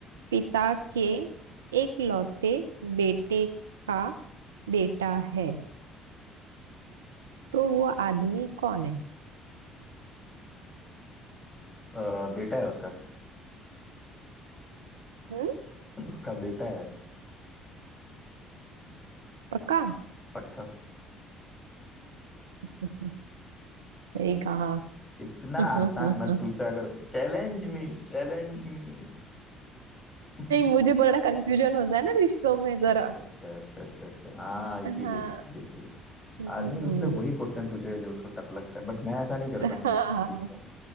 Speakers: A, on the right; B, on the left.
A: पिता के एकलौते बेटे का बेटा है तो वो आदमी कौन है
B: अ, बेटा है उसका
A: हम्म
B: उसका बेटा है
A: पक्का
B: पक्का
A: <laughs> सही कहा
B: इतना
A: नहीं
B: आसान मत पूछा करो चैलेंज मी चैलेंज मी <laughs>
A: मुझे बड़ा कंफ्यूजन होता है ना रिश्तों में जरा
B: अच्छा अच्छा अच्छा अच्छा हाँ इसीलिए
A: हाँ
B: इसीलिए इसीलिए
A: हम्म
B: आदमी तुमसे वही क्वेश्चन पूछेगा जो उसको टफ लगता है बट मैं ऐसा नहीं करता
A: हाँ
B: मैं easy पूछता हूँ